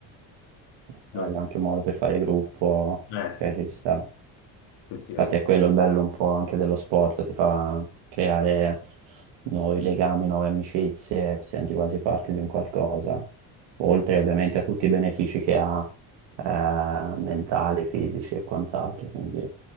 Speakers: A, on the right; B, on the left.
A: Bello,
B: Non-
A: anche un modo per fare gruppo,
B: Eh sì,
A: cioè ci sta.
B: sì, sì, è
A: Infatti
B: molto-
A: è quello il bello un po' anche dello sport, ti fa creare nuovi legami, nuove amicizie, ti senti quasi parte di un qualcosa, oltre
B: eh,
A: ovviamente a tutti i benefici che ha, eh, mentali, fisici e quant'altro, quindi